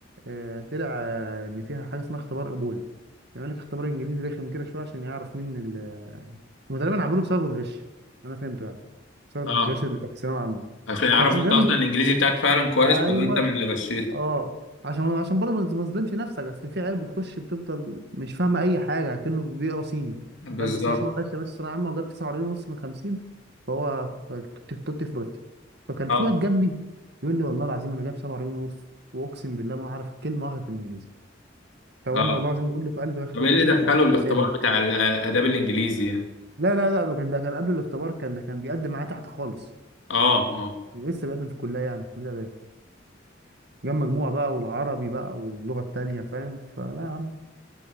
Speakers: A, on the right; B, on the left.
A: آه، طلع آه، إن فيها حاجة اسمها اختبار قبول يعمل لك اختبار انجليزي رخم كده شويه عشان يعرف مين هم تقريبا عملوه بسبب الغش انا فهمته يعني بسبب
B: اه
A: الغش اللي كان في ثانويه عامه
B: عشان يعرفوا
A: فكان جنبي
B: انت اصلا الانجليزي بتاعك فعلا كويس
A: ايوه
B: ولا انت من اللي غشيت
A: اه عشان عشان برضه ما تظ- ما تظلمش نفسك اصل في عيال بتخش بتفضل مش فاهمه اي حاجه كأنه بيقرا صيني
B: بالظبط
A: فاهم بس عشان هو غش بس ثانويه عامه وجاب 49 ونص من 50 فهو ف- توتي توتي فروتي فكان
B: اه
A: في واد جنبي يقول لي والله العظيم انا جايب 47 ونص واقسم بالله ما اعرف كلمه واحده في الانجليزي طب انا
B: اه
A: والله العظيم بقول له في قلبي يا اخي
B: طب ايه
A: روح
B: اللي
A: يا شيخ
B: دخله
A: الله يديك
B: الاختبار
A: منك
B: بتاع الاداب الانجليزي يعني
A: لا لا لا ده كان ده كان قبل الاختبار كان ده كان بيقدم معايا تحت خالص
B: اه اه
A: لسه بقدم في الكليه يعني في كليه اداب جاب مجموع بقى والعربي بقى واللغه التانيه فاهم فلا يا عم